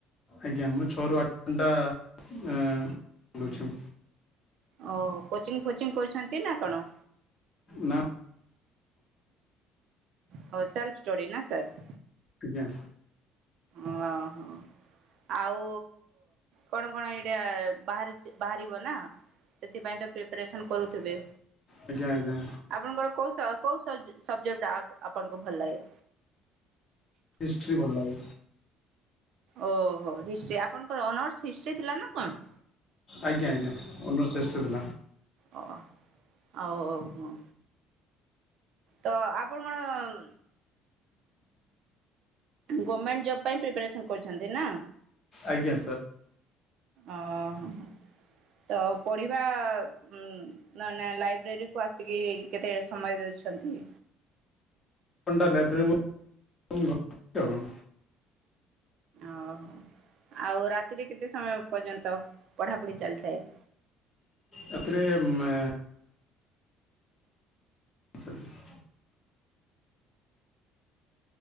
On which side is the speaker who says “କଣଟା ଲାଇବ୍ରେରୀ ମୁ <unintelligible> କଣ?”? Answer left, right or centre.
Left